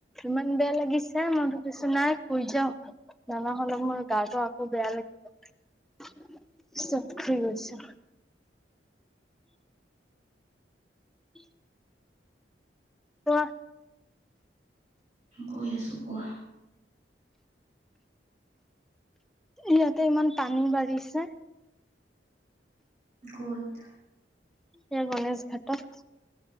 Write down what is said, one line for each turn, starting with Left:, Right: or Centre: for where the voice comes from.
Centre: ইমান বেয়া লাগিছে মনটো কৈছো নাই কুই যাও নানহলে মোৰ গাটো আকৌ বেয়া লাগিছে চঠি আছে উম কোৱা
Right: গৈ আছো কোৱা
Centre: ইয়াতে ইমান পানী বাঢ়িছে
Right: ক'ত
Centre: এইাৰ গণেশ ঘাটৰ